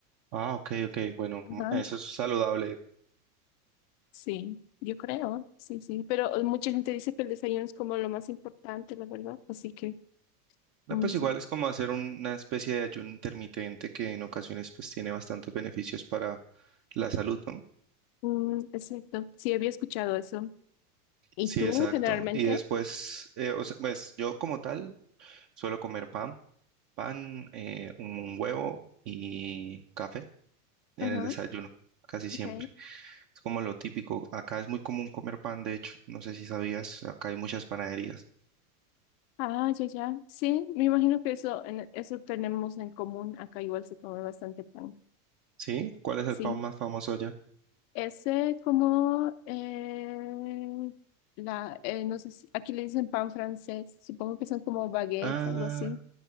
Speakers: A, on the right (about 40°); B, on the left (about 40°).
A: Ah, ok, ok. Bueno,
B: Ajá,
A: mm, eso es saludable.
B: Sí, yo creo, sí, sí, pero eh, mucha gente dice que el desayuno es como lo más importante, la verdad, así que
A: No,
B: no
A: pues
B: sé.
A: igual es como hacer un- una especie de ayuno intermitente que en ocasiones pues tiene bastantes beneficios para la salud, ¿no?
B: Mm, es cierto, sí, había escuchado eso. ¿Y
A: Sí,
B: tú
A: exacto.
B: generalmente?
A: Y después, eh, o sea, pues yo como tal suelo comer pan, pan, eh, un huevo y café en
B: Ajá,
A: el desayuno, casi siempre.
B: ok.
A: Es como lo típico. Acá es muy común comer pan, de hecho. No sé si sabías, acá hay muchas panaderías.
B: Ah, ya, ya. Sí, me imagino que eso, en- eso tenemos en común. Acá igual se come bastante pan.
A: ¿Sí? ¿Cuál es
B: Sí.
A: el pan más famoso allá?
B: Ese como eh, la, eh, no sé si aquí le dicen pan francés. Supongo que son como baguettes,
A: Ah,
B: algo así.